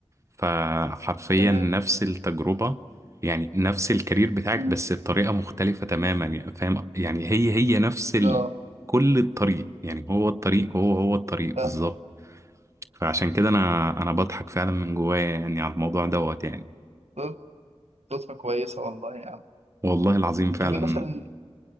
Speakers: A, on the right (about 25°); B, on the right (about 85°).
A: فحرفيا
B: تمام
A: نفس التجربة يعني نفس الكارير بتاعك
B: مم.
A: بس بطريقة مختلفة تماما يعني فاهم يعني هي هي نفس ال...
B: اه
A: كل الطريق يعني هو الطريق هو هو الطريق
B: فاهمك
A: بالظبط فعشان كده انا انا بضحك فعلا من جوايا يعني على الموضوع دوت يعني
B: صد- صدفه كويسه والله يعني
A: والله العظيم فعلا
B: طب ايه مثلا